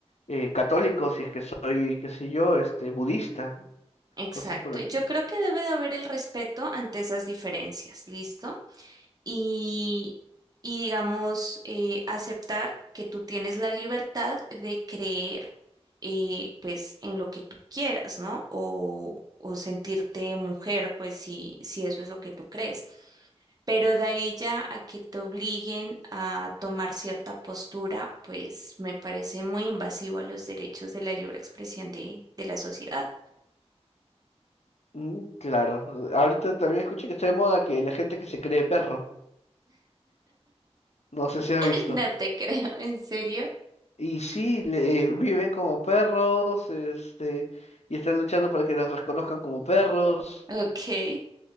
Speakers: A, on the left; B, on the right.
A: eh, católico si es que soy, qué sé yo, este budista, ¿no?
B: exacto.
A: Cosas por el
B: Yo
A: estilo.
B: creo que debe de haber el respeto ante esas diferencias, ¿listo? y, y digamos, eh, aceptar que tú tienes la libertad de creer, eh, pues, en lo que tú quieras, ¿no? O, o sentirte mujer, pues, si, si eso es lo que tú crees. Pero de ahí ya a que te obliguen a tomar cierta postura, pues, me parece muy invasivo a los derechos de la libre expresión de, de la sociedad.
A: Mm, claro. Ahorita también escuché que está de moda que la gente que se cree perro, no sé si has
B: <laughs>
A: visto.
B: No te creo, ¿en serio?
A: Y sí, le- eh, viven como perros, este, y están luchando para que los reconozcan como perros.
B: Ok.